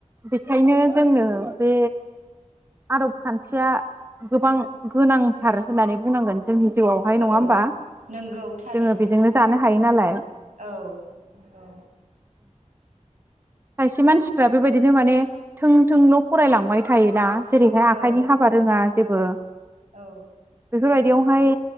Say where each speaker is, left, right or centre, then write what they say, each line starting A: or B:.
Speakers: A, on the right (about 20°); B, on the right (about 85°).
A: बेखायनो जोंनो बे आदब खान्थिया गोबां गोनांथार होननानै बुंनांगोन जों जोंनि जिउआवहाय नङा
B: औ
A: होमबा
B: नंगौ थारैनो
A: जोंङो बेजोंनो जानो हायो नालाय
B: औ नंगौ
A: खायसे मानसिफ्रा बेबायदिनो माने थों थोंल फरायलांबाय थायोना जेरैहाय
B: औ
A: आखाइनि हाबा रोङा जेबो बो
B: औ
A: बेफोरबायदियावहाय